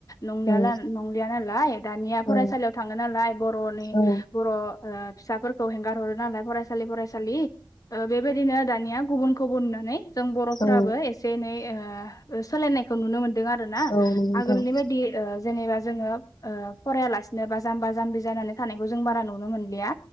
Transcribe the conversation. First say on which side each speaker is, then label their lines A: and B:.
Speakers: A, on the left; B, on the left.
A: नंनायाला
B: औ
A: नंलिया नालाय, दानिया फरायसालियाव
B: औ
A: थाङो नालाय, बर'नि
B: औ
A: बर' फिसाफोरखौ हेंगार हरो नालाय फरायसालि फरायसालि। ओ बेबायदिनो दानिया गुबुनखौबो नुनानै जों बर'फोराबो
B: औ
A: एसे एनै ओ सोलायनायखौ नुनो मोन दों आरोना
B: औ नंगौ नोंथां
A: आगोलनि बायदि ओ जेनेबा जोङो फरायालासिनो बा जाम्बा जाम्बि जानानै थानायखौ जों बारा नुनो मोनलिया।